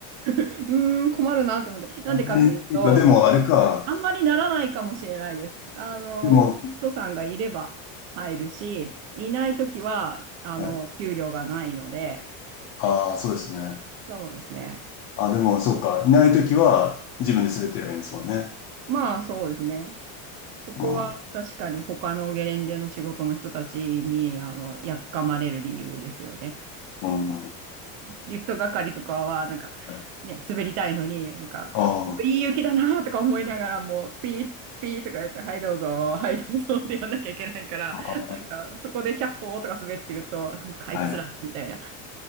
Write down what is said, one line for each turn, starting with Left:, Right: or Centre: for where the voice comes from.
Right: ーん、困るなって思って。なんでかっていうと、
Left: あね、っていうか、でもあれか。
Right: あんまりならないかもしれないです。あの、
Left: でも、
Right: 生徒さんがいれば入るし、いないときは、あの、
Left: はい。
Right: 給料がないので、
Left: ああ、そうですね。
Right: そうですね。
Left: あ、でも、そうか。いないときは自分で滑ってりゃいいんですもんね。
Right: まあ、そうですね。そこは確かに他のゲレンデの仕事の人たちに、
Left: うん。
Right: あの、やっかまれる理由ですよね。
Left: うん。
Right: リフト係とかは、なんか、
Left: はい
Right: ね、滑りたいのに、なんか、
Left: あ
Right: いい雪だなとか思いながらも、ピー、ピーとかやって、はいどうぞ、はいどうぞってやんなきゃいけないから、
Left: あ
Right: なんか、そこでひゃっほーとか滑ってると、なんかあいつらみたいな、
Left: はい。